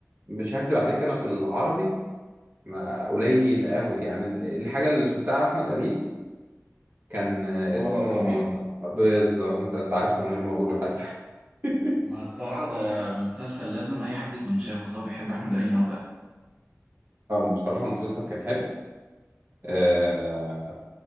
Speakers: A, on the right; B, on the right.
A: مش هكدب عليك انا في العربي ما قليل قوي يعني ال- الحاجه اللي شفتها على احمد امين كان آه،
B: ما
A: اسمه
B: وراء الطبيعة
A: بالظبط انت انت عرفت من غير ما اقوله حتى <laughs>
B: ما الصراحة ده مسلسل لازم أي حد يكون شافه سواء بيحب أحمد أمين أو لأ
A: اه بصراحه المسلسل كان حلو آه،